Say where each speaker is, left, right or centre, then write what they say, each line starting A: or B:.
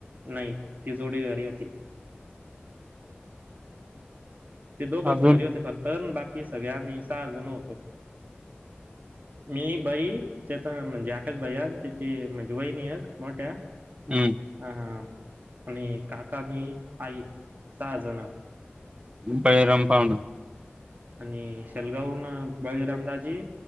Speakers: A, on the right; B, on the right.
A: नाही ती जोडी घरी होती ते दोघच
B: अजून?
A: घरी होते फक्त अन् बाकी सगळे आम्ही सहा जण होतो मी बाई त्या तर म्हणजे आकाश भैया त्याची म्हणजे वहिणी एक मोठ्या
B: हं,
A: हा हा आणि काका मी आई सहा जण
B: पहिरम पावड
A: आणि <unintelligible> बळीरामदाजी